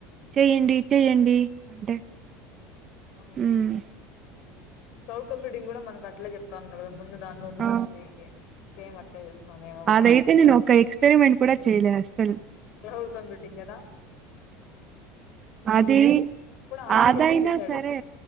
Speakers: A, on the right; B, on the left.
A: చెయ్యండి, చెయ్యండి అంటే
B: ఆ
A: ఉమ్
B: క్లౌడ్ కంప్యూటింగ్ కూడా మనకట్లే చెప్తా ఉండ్రి కదా ముందు దానిలోంచి
A: ఆ
B: సూసి సెయండి సేమ్ అట్లే చేస్తాంది ఈమె కూడా
A: అదైతే నేను ఒక ఎక్స్పెరిమెంట్ <unintelligible>
B: క్లౌడ్ గదా
A: అది
B: ఆయనే
A: అదయినా
B: చెప్పిచ్చేసాడు
A: సరే